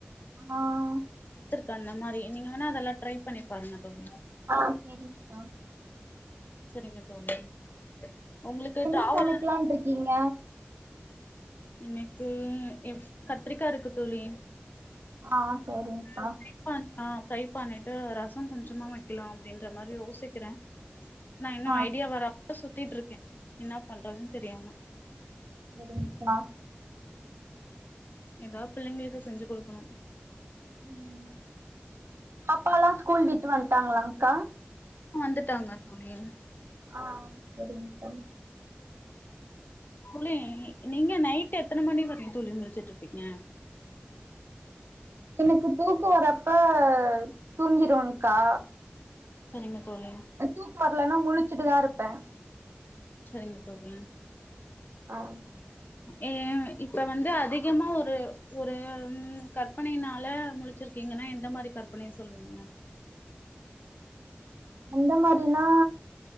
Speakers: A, on the right; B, on the left.
A: ஆஹ்
B: கந்த மாறி நீங்க வேனா அதெல்லா ட்ரை பண்ணி பண்ண தோனி
A: ஆ சேரிங்க்கா
B: சரிங்க தோழி உங்களுக்கு
A: இன்னைக்கு என்னா
B: டிராவல்
A: சமைக்கலாட்டு இருக்கீங்க
B: எனக்கு எவ் கத்திரிக்கா இருக்கு தோழி
A: ஆ செரிங்க்கா
B: உம் பிலிப் பான் ஆஹ் ஃப்ரை பண்ணிட்டு ரசன் கொஞ்சமா வைக்கலா அப்டின்ற மாறி யோசிக்கிற நா இன்னு
A: ஆ
B: ஐடியா வரப்போ சுத் திட்டிட் இருக்கே என்னாப் பண்றதுன் தெரியாம
A: செரிங்க்கா
B: ஏதாவது பிள்ளைங்களுக்கு செஞ்சி கொடுக்கணு
A: ம் அப்பாலா ஸ்கூல் விட்டுவன் டாங்களாலாக்கா
B: வந்துட்டாங்க தோழி
A: ஆ செரிங்க்கா
B: தோழி நீங்க நைட் எத்தன மணி வர தோழி முளிச்சிட்டுருப்பீங்க
A: எனக்கு தூக்கோ வரப்ப தூங்கிரவன்கா
B: சரிங்க தோழி
A: தூக்கோ வர்லனா முழுச்சுட்டுதா இரு ப்ப
B: சரிங்க தோழி
A: ஆஹ்
B: எ இப்ப வந்து அதிகமா ஒரு ஒரு கற்பனைையினால முழுச்சிருக்கீங்கனா எந்த மாரி கற்பனய சொல்லுவீங்க
A: எந்த மாரினா